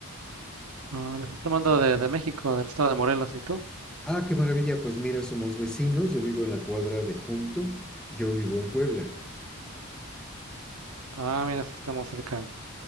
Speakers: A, on the right; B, in the centre.
A: Ah, lo estoy tomando de, de México, del estado de Morelos. ¿Y tú?
B: Ah, qué maravilla. Pues mira, somos vecinos. Yo vivo en la cuadra de Junto. Yo vivo en Puebla.
A: Ah, mira, sí estamos cerca.